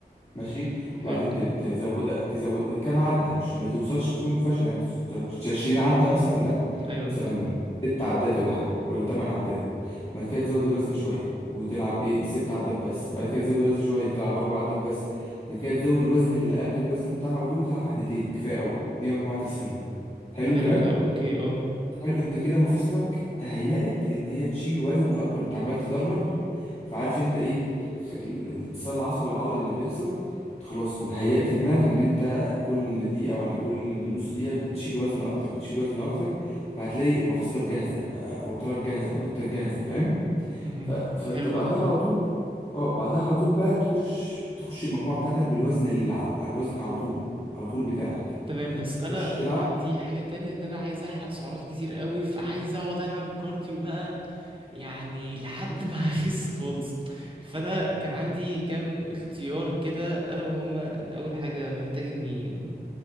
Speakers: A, on the left (about 35°); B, on the right (about 30°).
A: ماشي
B: حلو
A: وبعدين ت- تزودها تزود كام عدة مش ما توصلش لفيهم الفشل يعني ما توصلش 20 عدة مثلا لا
B: أيوة فاهم
A: مثلا ست عدات ولا حاجة ولا تمن عدات بعد كده تزود الوزن شوية وتلعب ايه ست عدات بس بعد كده تزود الوزن شوية تلعب أربع عدات بس بعد كده تزود الوزن اللي قبل الوزن بتاعك على طول وتلعب عدتين كفاية قوي دي مجموعة تسخين حلو
B: حلو
A: الكلام
B: ده أوكي أه
A: حلو انت كده مفاصلك تهيأت ان هي تشيل وزن اكبر انت عمال تدرج فعارف انت ايه خ- ال- الاتصال العصبي العضلي اللي بيحصل خلاص هيأت دماغك ان انت كل دقيقة ولا كل نص دقيقة بتشيل وزن اكتر بتشيل وزن اكتر فهتلاقي مفاصلك جاهزة اه، اوترك جاهزة اربطتك جاهزة فاهم
B: مهم.
A: ف... فانت
B: حلو
A: بعدها
B: ده
A: على طول اه بعدها على طول بقى تخش تخش المجموعة بتاعتك بالوزن اللي على الوزن على طول على طول بتاعك
B: تمام بس
A: تخش
B: انا
A: تلعب
B: عندي حاجة تانية ان انا عايز احرق سعرات كتير قوي فعايز اقعد العب كارديو بقى يعني لحد ما <laughs> اخس خالص فانا كان عندي كام اختيار كده الا وهما ان اول حاجة محتاج اني